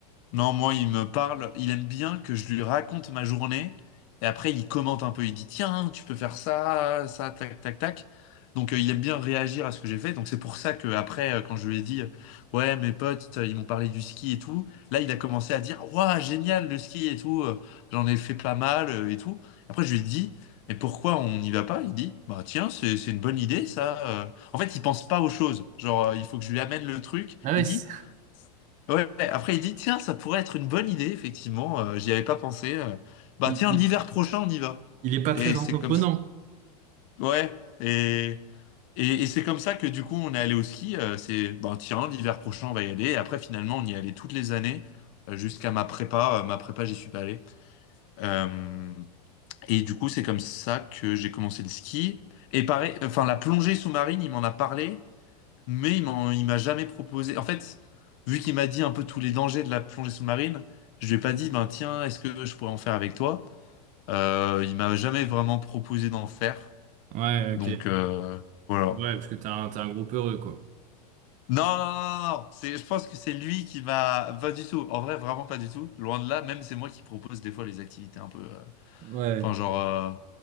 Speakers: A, on the left; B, on the right.
A: Non, moi, il me parle, il aime bien que je lui raconte ma journée, et après, il commente un peu, il dit, tiens, tu peux faire ça, ça, tac, tac, tac. Donc, euh, il aime bien réagir à ce que j'ai fait. Donc, c'est pour ça que après, euh, quand je lui ai dit, ouais, mes potes, euh, ils m'ont parlé du ski et tout, là, il a commencé à dire, waouh, génial, le ski et tout, euh, j'en ai fait pas mal euh, et tout. Après, je lui ai dit, mais pourquoi on n'y va pas? Il dit, bah, tiens, c'est, c'est une bonne idée, ça. euh. En fait, il pense pas aux choses. Genre, euh, il faut que je lui amène le truc.
B: Ah ouais,
A: Il dit,
B: c'est-
A: Ouais, ouais. après il dit, tiens, ça pourrait être une bonne idée, effectivement, euh, j'y avais pas pensé. euh. Bah
B: <laughs> il,
A: tiens,
B: il-
A: l'hiver prochain, on y va.
B: il est pas
A: Et
B: très
A: c'est
B: entreprenant.
A: comme ça. Ouais, et, et, et c'est comme ça que du coup, on est allé au ski. euh, c'est, bah tiens, l'hiver prochain, on va y aller. Et après, finalement, on y allait toutes les années, euh, jusqu'à ma prépa. Euh, ma prépa, j'y suis pas allé. Euh, et du coup, c'est comme ça que j'ai commencé le ski. Et pareil, enfin, la plongée sous-marine, il m'en a parlé. Mais il m'en- il m'a jamais proposé. En fait, vu qu'il m'a dit un peu tous les dangers de la plongée sous-marine, je lui ai pas dit, ben tiens, est-ce que je pourrais en faire avec toi? Euh, il m'a jamais vraiment proposé d'en faire.
B: Ouais,
A: Donc
B: ok.
A: euh, voilà.
B: Ouais, parce que t'es un, t'es un groupe heureux, quoi.
A: Non, non, non, non, non. C'est, je pense que c'est lui qui m'a. Pas du tout. En vrai, vraiment pas du tout. Loin de là, même c'est moi qui propose des fois les activités un peu. euh,
B: Ouais.
A: Enfin, genre. euh,